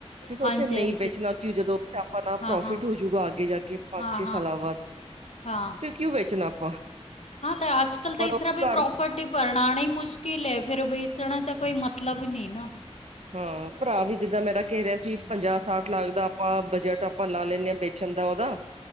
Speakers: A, on the right (about 75°); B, on the left (about 75°).
A: ਫਿਰ ਸੋਚਿਆ
B: ਹਾਂਜੀ
A: ਨਹੀਂ
B: ਹਾਂਜੀ
A: ਵੇਚਣਾ ਕਿ ਜਦੋਂ ਆਪਾਂ ਨਾਲ
B: ਹਾਂ
A: ਪ੍ਰੋਫਿਟ
B: ਹਾਂ
A: ਹੋਜੂਗਾ ਅੱਗੇ ਜਾ ਕੇ ਪੰਜ
B: ਹਾਂ
A: ਛੇ
B: ਹਾਂ
A: ਸਾਲਾਂ ਬਾਅਦ।
B: ਹਾਂ।
A: ਫਿਰ ਕਿਉਂ ਵੇਚਣਾ ਆਪਾਂ।
B: ਹਾਂ ਤੇ ਅੱਜ ਕੱਲ੍ਹ ਤੇ
A: ਪਰ
B: ਇਸ
A: ਉਹ
B: ਤਰਾਂ ਵੀ
A: ਘਰ
B: ਪ੍ਰੋਪਰਟੀ ਬਣਾਣੀ ਮੁਸ਼ ਕਿਲ ਏ ਫਿਰ ਵੇਚਣਾ ਦਾ ਕੋਈ ਮਤਲਬ ਨਹੀਂ ਨਾ।
A: ਹਾਂ ਭਰਾ ਵੀ ਜਿੱਦਾਂ ਮੇਰਾ ਕਹਿ ਰਿਹਾ ਸੀ। ਪੰਜਾਹ ਸਠ ਲੱਖ ਦਾ ਆਪਾਂ ਬਜਟ ਆਪਾਂ ਲਾ ਲੈਂਦੇ ਆਂ ਬੇਚਣ ਦਾ ਉਹਦਾ।